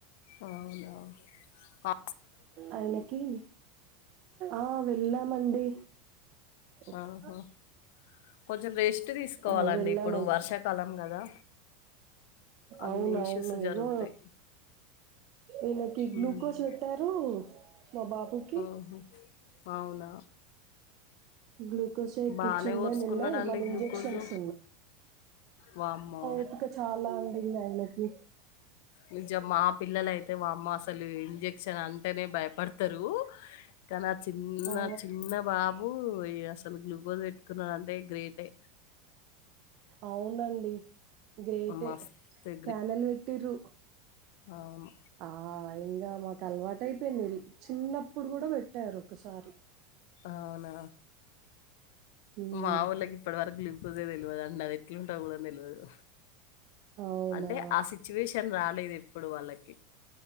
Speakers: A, on the left; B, on the right.
A: అవున ఆ
B: ఆయనకి ఆ వెళ్ళామండి ఓకే.
A: ఆహా కొంచెం రెస్ట్ తీసుకోవాలండి
B: ఆ! వెళ్ళామండి.
A: ఇప్పుడు వర్షాకాలం కదా అన్ని
B: అవునవును
A: ఇష్యూస్ జరుగుతాయి
B: ఇగో ఈయనకి గ్లూకోజ్
A: ఉమ్.
B: పెట్టారు మా బాబుకి
A: ఆహా అవునా
B: గ్లూకోజే ఎక్కిచ్చుండే
A: బానేఓరుసుకున్నాడండి
B: నిన్న. ఇవాళ
A: గ్లూకోజు
B: ఇంజెక్షన్స్
A: వామ్మో
B: ఇంకా చాలా అంది ఆయనకి
A: నిజ మా పిల్లల అయితే మా అమ్మ అసలు ఇంజక్షన్ అంటేనే భయపడతరు కానీ ఆ చిన్న
B: ఆ
A: చిన్న బాబు అసలు గ్లూకోజ్ పెట్టుకున్నాడాంటే గ్రేటే
B: అవునండి గ్రేటె
A: మస్తు
B: క్యానల్ పెట్టిరు
A: ఆమ్
B: ఆ ఇంకా మాకు అలవాటు అయిపోయింది చిన్నప్పుడు కూడా పెట్టారు ఒకసారి
A: అవునా
B: ఉమ్
A: మా వోళ్ళకి ఇప్పటి వరకు లేవ్ అసలే తెలివదు అండి అది ఎట్లు ఉంటదొ గుడా తెలివదు
B: అవునా
A: అంటే ఆ సిచ్యువేషన్ రాలేదుఎప్పుడు వాళ్ళకి